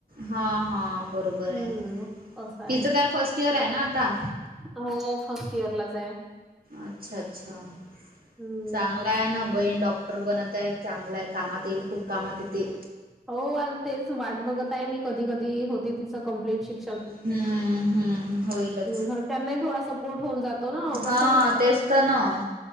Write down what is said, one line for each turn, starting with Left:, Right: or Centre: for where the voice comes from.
Right: हा हा बरोबर
Centre: हम्म
Right: आहे
Centre: असं आहे
Right: तिचं काय फर्स्ट इयर आहे ना आता
Centre: हो फर्स्ट इयर लाच आहे
Right: अच्छा अच्छा
Centre: हम्म
Right: चांगला आहे ना बहीण डॉक्टर बनत आहे चांगला आहे कामात येईल खूप कामात येेते
Centre: हो तेच वाट बघत आहे मी कधी कधी होती तिच कमप्लीट शिक
Right: हम्म हम्म होईलच
Centre: घच्या गोठ होऊन जातो ना
Right: हा
Centre: कस हम्
Right: तेच तर ना